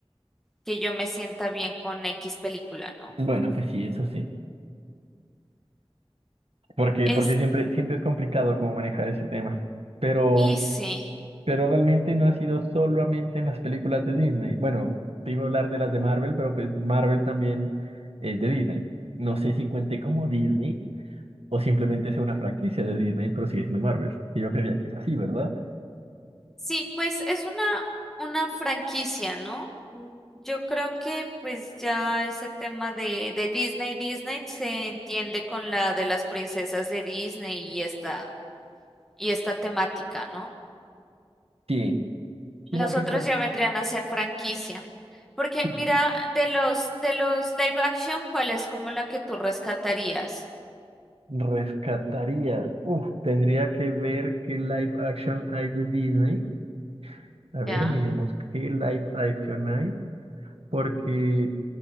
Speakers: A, in the centre; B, on the right.
A: que yo me sienta bien con X película, ¿no?
B: Bueno, pues sí, eso sí. Porque,
A: Es
B: porque siempre, siempre es complicado como manejar ese tema. Pero,
A: Easy. Sí,
B: pero realmente no ha sido solamente en las películas de Disney. Bueno, te iba a hablar de las de Marvel, pero pues Marvel también es de Disney. No sé si cuente como Disney o simplemente sea una franquicia de Disney, pero sigue siendo Marvel. Y yo creía que es así, ¿verdad?
A: sí, pues es una, una franquicia, ¿no? Mm, Yo creo que pues ya ese tema de, de Disney, Disney se entiende con la de las princesas de Disney y esta, y esta temática, ¿no?
B: Sí, sino
A: Los
B: que
A: otros
B: con...
A: ya vendrían a ser franquicia. Porque
B: sí.
A: mira, de los, de los live action, ¿cuál es como la que tú rescatarías?
B: Rescataría. Uf, tendría que ver qué live action hay de Disney. A ver,
A: ¿Ya?
B: miremos qué live action hay, porque